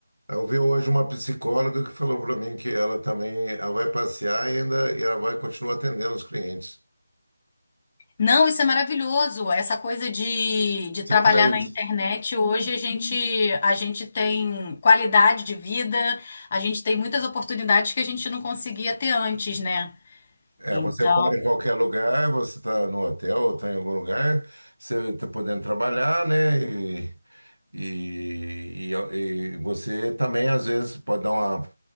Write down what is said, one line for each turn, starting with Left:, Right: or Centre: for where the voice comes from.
Right: Eu vi hoje uma psicóloga que falou para mim que ela também, ela vai passear e ainda e ela vai continuar atendendo os clientes.
Left: Não, isso é maravilhoso. Essa coisa de, de
Right: Você
Left: trabalhar
Right: faz
Left: na internet, hoje a gente, a gente tem qualidade de vida, a gente tem muitas oportunidades que a gente não conseguia ter antes, né?
Right: É,
Left: Então,
Right: você para em qualquer lugar, você está no hotel ou está em algum lugar, você está podendo trabalhar, né? E, e, e- e você também, às vezes, pode dar uma,